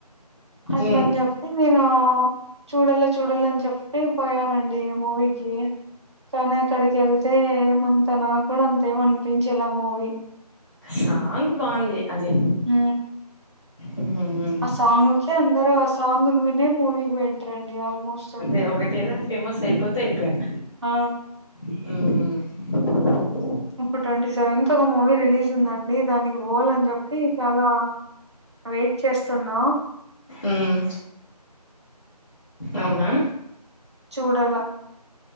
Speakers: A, on the right; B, on the left.
A: అట్లనే
B: ఉమ్
A: చెప్ నేను చూడలే చూడాలని చెప్పి పోయానండి మూవీ ఏ కానీ అక్కడికి వెళ్తే ఏమంత నాక్కూడా అంతే అనిపించలా మూవీ
B: సాంగ్ బాగుంది అది
A: ఉ
B: ఉమ్
A: ఆ సాంగ్ కే అందరూ ఆ సాంగ్ ను వినే మూవీకి వెళ్తారండి ఆల్మోస్ట్
B: ఏ ఒకటి ఏదైనా ఫేమస్ అయిపోతే అయిపోయిన
A: ఆ
B: ఉమ్
A: ఇప్పుడు ట్వంటీ సెవెంత్ కు మూవీ రిలీజ్ ఉందండి దానికి పోవాలని చెప్పి చాలా వెయిట్ చేస్తున్నా
B: ఉమ్ అవునా
A: చూడల